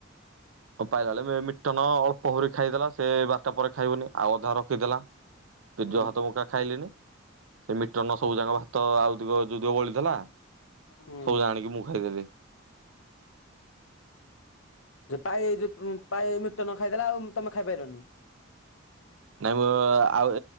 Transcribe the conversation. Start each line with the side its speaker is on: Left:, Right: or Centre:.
Right: ପାଇଲାବେଳେ ମିଟନ ଅଳ୍ପ ହୁରି ଖାଇଦେଲା ସେ ବାରଟା ପରେ ଖାଇବୁନି ଆଉ ଅଧା ରଖିଦେଲା ପେଜ
Left: ହୁଁ
Right: ହାତ ମୁକା ଖାଇଲିଣି ସେ ମିଟନ ସବୁଯାକ ଭାତ ଆଉ ଯେତିକ ଯଉ ଦିକ ବଳିଥିଲା
Left: ହୁଁ।
Right: ସବୁଯାକ ଆଣିକି ମୁଁ ଖାଇଦେଲି
Left: ପାଇ ଯୋଉ ପାଏ ମିଟନ ଖାଇଦେଲା ଆଉ ତମେ ଖାଇପାରଲନି?
Right: ନାଇଁ ମୁଁ ଆଉ